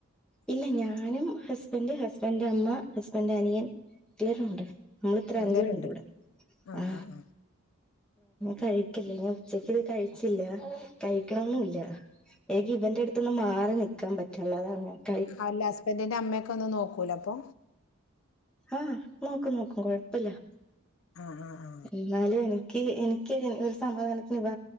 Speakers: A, in the centre; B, on the left.
A: ഇല്ല ഞാനും ഹസ്ബൻഡ് ഹസ്ബൻഡ് അമ്മ ഹസ്ബൻഡ് അനിയൻ എല്ലാരു ഉണ്ട്. നമ്മള് ത്ര
B: എല്ലാരും
A: അഞ്ചൂരുണ്ട്
B: ഉണ്ട്
A: വടെ
B: ആഹ്
A: ആ
B: ആഹ് ആഹ്
A: കഴിക്കല്ലേ ഞ്ഞ് ഉച്ചക്ക് ക്കിത് കഴിച്ചില്ല കഴിക്കണൊന്നുല്ലാ എനിക്ക് ഇവന്റെടുത്ത് ത്ത്ന്ന് മാറി നിൽക്കാ പറ്റുള്ളാ അതൊണ്ടാ
B: അല്ല ഹസ്ബൻഡിന്റെ അമ്മയൊക്കെ ഒന്ന് നോക്കൂലെപ്പൊ
A: ആ നോക്കെ നോക്കെ കൊഴപ്പല്ലാ
B: ആ ആ ആ
A: ന്നാലും എനിക്ക് എനിക്ക് ഒരു സമാധാനത്തിന് ഇത